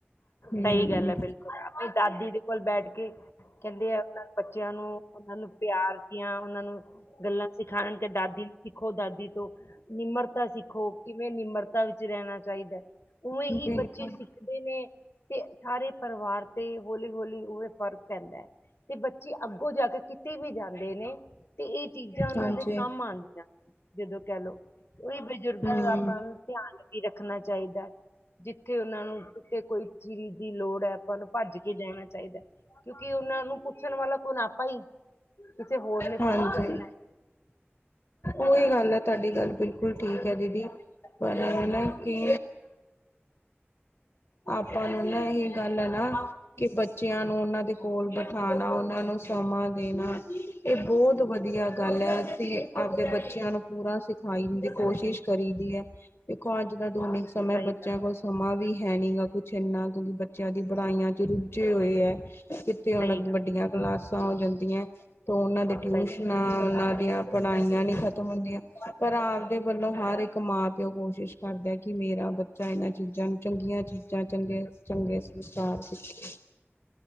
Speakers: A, on the left; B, on the left.
A: ਹੂੰ।
B: ਸਹੀ ਗੱਲ ਹੈ ਬਿਲਕੁਲ, ਅਪਣੀ ਦਾਦੀ ਦੇ ਕੋਲ ਬੈਠ ਕੇ ਕਹਿੰਦੇ ਆ ਉਹਨਾਂ ਬੱਚਿਆਂ ਨੂੰ ਉਹਨਾਂ ਨੂੰ ਪਿਆਰ ਦੀਆਂ ਉਹਨਾਂ ਨੂੰ ਗੱਲਾਂ ਸਿਖਾਣ ਗੇ ਦਾਦੀ ਸਿੱਖੋ ਦਾਦੀ ਤੋਂ, ਨਿਮਰਤਾ ਸਿੱਖੋ, ਕਿਵੇਂ ਨਿਮਰਤਾ ਵਿੱਚ ਰਹਿਣਾ ਚਾਹੀਦਾ। ਉਵੇਂ ਹੀ
A: ਬਿਲਕੁਲ
B: ਬੱਚੇ ਸਿੱਖਦੇ ਨੇ ਤੇ ਸਾਰੇ ਪਰਿਵਾਰ ਤੇ ਹੌਲੀ ਹੌਲੀ ਉਵੇ ਫ਼ਰਕ ਪੈਂਦਾ। ਤੇ ਬੱਚੇ ਅੱਗੋਂ ਜਾ ਕੇ ਕਿਤੇ ਵੀ ਜਾਂਦੇ ਨੇ ਤੇ ਇਹ ਚੀਜ਼ਾਂ ਉਹਨਾਂ
A: ਹਾਂਜੀ
B: ਦੇ ਕੰਮ ਆਣਗਿਆ। ਜਦੋਂ ਕਹਿ ਲੋ, ਉਹੀ ਬਜ਼ੁਰਗਾਂ
A: ਹੂੰ।
B: ਦਾ ਆਪਾਂ ਧਿਆਨ ਵੀ ਰੱਖਣਾ ਚਾਹੀਦਾ ਜਿੱਥੇ ਉਹਨਾਂ ਨੂੰ ਕਿਤੇ ਕੋਈ ਚੀਜ਼ ਦੀ ਲੋੜ ਹੈ ਆਪਾਂ ਨੂੰ ਭੱਜ ਕੇ ਜਾਣਾ ਚਾਹੀਦਾ, ਕਿਉਂਕਿ ਉਹਨਾਂ ਨੂੰ ਪੁੱਛਣ ਵਾਲਾ ਕੋਣ ਆਪਾਂ ਹੀ ਕਿਸੇ ਹੋਰ ਨੇ
A: ਹਾਂਜੀ
B: ਥੋੜਾ ਪੁੱਛਣਾ ਹੈ।
A: ਉਹੀ ਗੱਲ ਹੈ, ਤੁਹਾਡੀ ਗੱਲ ਬਿਲਕੁਲ ਠੀਕ ਹੈ ਦੀਦੀ, ਪਰ
B: ਹਾਂਜੀ
A: ਨ ਕਿ ਆਪਾਂ ਨੂੰ ਨਾ ਇਹ ਗੱਲ ਹੈ ਨਾ ਕਿ ਬੱਚਿਆਂ ਨੂੰ ਉਹਨਾਂ ਦੇ ਕੋਲ ਖਾਣਾ, ਉਹਨਾਂ ਨੂੰ ਸਮਾਂ ਦੇਣਾ ਇਹ ਬਹੁਤ ਵਧੀਆ ਗੱਲ ਐ। ਅਸੀਂ ਆਪਦੇ ਬੱਚਿਆਂ ਨੂੰ ਪੂਰਾ ਸਿਖਾਈ ਦੀ ਕੋਸ਼ਿਸ਼ ਕਰੀ ਦੇਖੋ। ਅੱਜ ਕਲ ਦੋ ਮਿੰਟ ਸਮਾਂ
B: ਸਹੀ
A: ਏ ਬੱਚਿਆਂ
B: ਗੱਲ
A: ਕੋਲ
B: ਹੈ
A: ਸਮਾਂ ਵੀ ਹੈ ਨਹੀਂ ਗਾ। ਕੁਛ ਏਨਾ ਕਿਉਂਕਿ ਬੱਚਿਆਂ ਦੀ ਪੜ੍ਹਾਈਆਂ ਚ ਰੁੱਝੇ ਹੋਏ ਐ। ਕਿਤੇੇ ਹੁਣ
B: ਸਹੀ ਗੱਲ
A: ਵੱਡੀਆਂ ਕਲਾਸਾਂ ਹੋ ਜਾਂਦੀਆਂ ਤੋ ਉਹਨਾਂ ਦੇ ਟਿਊਸ਼ਨਾਂ,
B: ਸਹੀ
A: ਉਹਨਾਂ ਚਿਆ ਪੜ੍ਹਾਈਆਂ ਨੀ ਖਤਮ ਹੁੰਦੀਆਂ, ਪਰ ਆਪਦੇ ਵੱਲੋਂ ਹਰ ਇੱਕ ਮਾਂ ਪਿਓ ਕੋਸ਼ਿਸ਼ ਕਰਦਾ ਕੀ ਮੇਰਾ ਬੱਚਾ ਇਹਨਾਂ ਚੀਜ਼ਾਂ ਨੂੰ ਚੰਗੀਆਂ ਚੀਜ਼ਾਂ, ਚੰਗੇ ਚੰਗੇ ਸੰਸਕਾਰ ਸਿੱਖੇ।